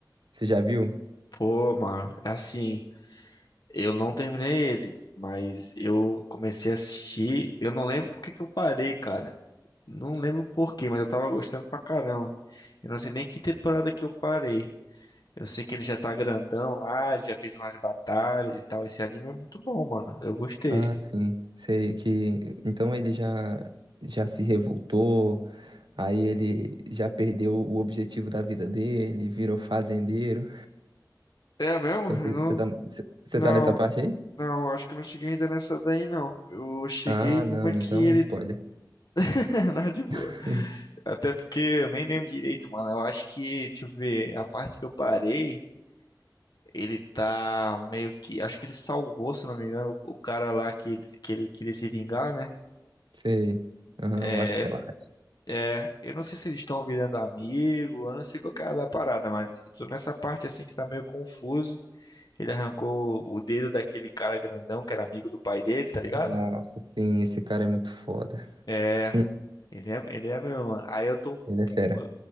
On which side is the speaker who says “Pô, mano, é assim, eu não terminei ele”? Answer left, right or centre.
Left